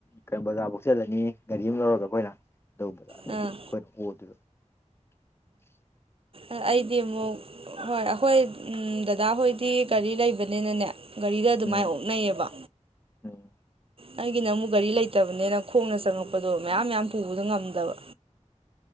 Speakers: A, on the left (about 20°); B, on the right (about 50°).
A: ꯈꯔꯡ ꯕꯖꯥꯔꯕꯧ ꯆꯜꯂꯅꯤ ꯒꯥꯔꯤ ꯑꯃ ꯂꯧꯔꯒ ꯑꯩꯈꯣꯏꯅ ꯑꯗꯨ ꯑꯩꯈꯣꯏꯅ
B: ꯑꯥ
A: ꯑꯣꯏꯗꯣꯏꯕ <inaudible>
B: ꯑ ꯑꯩꯗꯤ ꯑꯃꯨꯛ ꯍꯣꯏ ꯑꯩꯈꯣꯏ ꯗꯗꯥꯍꯣꯏꯗꯤ ꯒꯥꯔꯤ ꯂꯩꯕꯅꯤꯅꯅꯦ ꯒꯥꯔꯤꯗ ꯑꯗꯨꯃꯥꯏ
A: ꯎꯝ
B: ꯑꯣꯛꯅꯩꯑꯕ
A: ꯎꯝ
B: ꯑꯩꯒꯤꯅ ꯑꯃꯨꯛ ꯒꯥꯔꯤ ꯂꯩꯇꯕꯅꯤꯅ ꯈꯣꯡꯅ ꯆꯪꯉꯛꯄꯗꯣ ꯃꯌꯥꯝ ꯃꯌꯥꯝ ꯄꯨꯕꯗꯣ ꯉꯝꯗꯕ